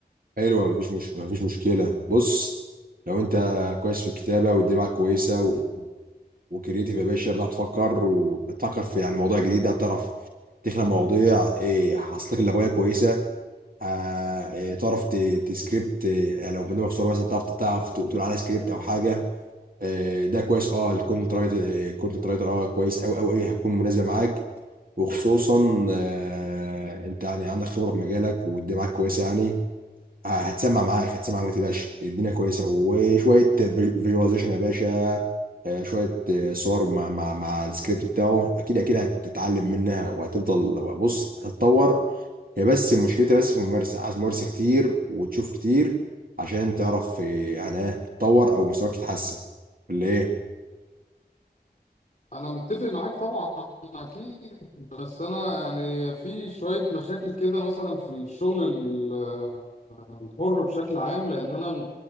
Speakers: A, on the right; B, on the left.
A: حلو مفيش مش مفيش مشكله بص لو انت كويس في الكتابه والدنيا معاك كويسه و... وكريتيف يا باشا بتعرف تفكر وبتفكر في يعني مواضيع جديده بتعرف تخلق مواضيع ايه حصلك لك كويسه آه، إيه، تعرف ت- تسكريبت إيه، يعني لو برنامج صور مثلا تعرف تعرف تقول عليه سكريبت او حاجه آه، ده كويس اه الكونتنت رايتر الكونتنت رايتر اه كويس قوي قوي قوي هتكون مناسبه معاك وخصوصا آه، انت يعني عندك خبره في مجالك والدنيا معاك كويسه يعني آه، هتسمع معاك هتسمع معاك ما تقلقش الدنيا كويسه وشويه فيجواليزيشن يا باشا آه، شويه آه، صور مع مع مع السكريبت بتاعه اكيد اكيد هتتعلم منها وهتفضل بص هتتطور هي بس مشكلتها بس في الممارسة عايز ممارسة كتير وتشوف كتير عشان تعرف إيه، يعني إيه تتطور أو مستواك يتحسن ولا إيه
B: انا متفق معاك طبعا اكيد بس انا يعني في شويه مشاكل كده مثلا في الشغل ال- الحر بشكل عام لان انا